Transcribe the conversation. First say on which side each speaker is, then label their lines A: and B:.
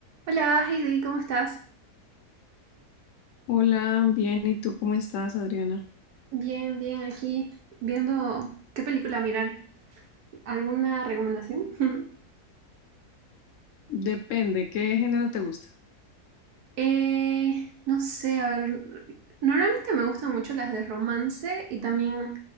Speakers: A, on the right; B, on the left.
A: Hola Heidi, ¿cómo estás?
B: Hola, bien, ¿y tú cómo estás, Adriana?
A: Bien, bien, aquí viendo qué película mirar. ¿Alguna recomendación? <laughs>
B: Depende, ¿qué género te gusta?
A: Eh, no sé, a ver, normalmente me gustan mucho las de romance y también